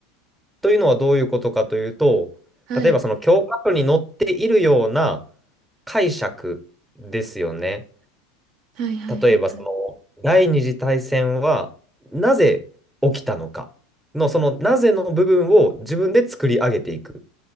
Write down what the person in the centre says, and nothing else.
というのはどういうことかというと、
例えばその教科書に載っているような解釈ですよね。
例えばその第二次大戦はなぜ起きたのかのそのなぜの部分を自分で作り上げていく。